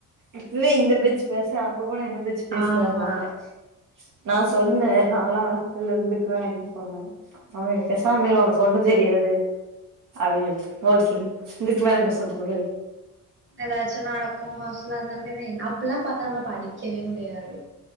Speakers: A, on the right; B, on the right.
A: இப்பவே இந்த பேச்சு பேசுற அங்க போன என்ன பேச்சு பேசுவம்பாங்க
B: ஆமா
A: நா சொன்னே நால்லா ஹாஸ்டல்ல இருந்துக்குவே அப்டின் சொன்னே அவங்க பேசாம இரு ஒனக் ஒன்னு தெரியாது அவிக ஓகே இதுக்கு மேல என்ன சொல்றது
B: ஏதாச்சு நடக்கு ஹாஸ்டல்ல அது நடக்குதுன் அப்புல்லா பாத்தாகனா படிக்கவே முடியாது